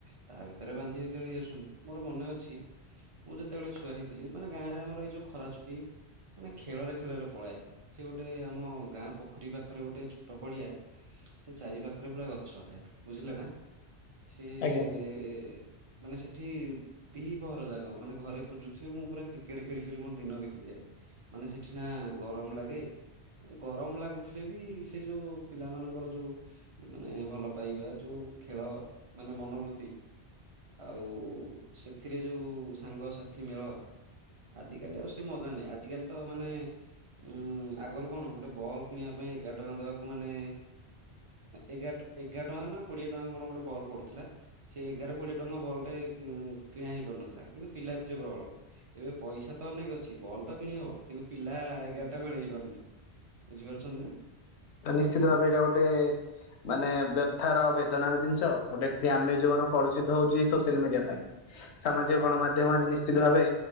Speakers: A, on the right; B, on the left.
A: ତା ଭିତରେ ବାନ୍ଧି ହୋଇକି ରହି ଯାଉଛନ୍ତି ମୋର ମନେ ଅଛି। ମୁଁ ଯେତେବେଳେ ଛୁଆ ହେଇଥିଲି। ମାନେ ଗାଁ ରେ ଆମର ଏଇ ଯୋଉ ଖରା ଛୁଟି। ମାନେ ଖେଳରେ ଖେଳରେ ପଳାଏ ସେ ଗୋଟେ ଆମ ଗାଁ ପୋଖରୀ ପାଖରେ ଗୋଟେ ଛୋଟ ପଡିଆ। ସେ ଚାରି ପାଖରେ ପୁରା ଗଛ ଥାଏ। ବୁଝିଲେ ନା। ସେଏ ଏ
B: ଆଜ୍ଞା।
A: ଏ ଏ ମାନେ ସେଠି। ଦିହି ପହର ଯାକ। ଯାକ ମାନେ ଘରେ ଖୋଜୁଥିବେ ମୁଁ ପୁରା କ୍ରିକେଟ ଖେଳି ଖେଳି ମୋର ଦିନ ବିତିଯାଏ। ମାନେ ସେଠି ନା ଗରମ ଲାଗେ। ଗରମ ଲାଗୁଥିଲେ ବି ସେ ଯୋଉ ପିଲା ମାନଙ୍କର ଯୋଉ ମାନେ ଭଲ ପାଇବା। ଯୋଉ ଖେଳ ମାନେ ମନୋବୃତ୍ତି ଆଉ ସେଥିରେ ଯୋଉ। ସାଙ୍ଗସାଥି ମେଳ। ଆଜିକାଲି ଆଉ ସେ ମଜା ନାହିଁ। ଆଜିିକାଲି ତ ମାନେ ଉଁ ଆଗରୁ। କଣ ଗୋଟେ ବଲ୍ କିଣିବା ପାଇଁ ଏଗାର ଟଙ୍କା ଦବାକୁ ମାନେ। ଏଗାର ଟଙ୍କା ନା କୋଡିଏ ଟଙ୍କା କଣ ଗୋଟେ ବଲ୍ ପଡୁଥିଲା। ସେ ଏଗାର କୋଡିଏ ଟଙ୍କା ବଲ୍ ଟେ କିଣା ହେଇପାରୁନଥିଲା। କିନ୍ତୁ ପିଲା ଥିଲେ ପ୍ରବଳ। ଏବେ ପଇସା ତ ଅନେକ ଅଛି ବଲ ତ କିଣି ହବ। କିନ୍ତୁ ପିଲା ଏଗାରଟା ମେଳ ହେଇ ପାରୁନି ବୁଝିପାରୁଛନ୍ତି ନା।
B: ତ ନିଶ୍ଚିତ ଭାବେ ଏଇଟା ଗୋଟେ ମାନେ ବ୍ୟଥାର ବେଦନା ର ଜିନିଷ। <inaudible> <unintelligible> ବେସିତ ହଉଛି ଏଇ ସୋସିଆଲ ମିଡ଼ିଆ ପାଇଁ। ସାମାଜିକ ଗଣମାଧ୍ୟମ ଆଜି ନିଶ୍ଚିତ ଭାବେ।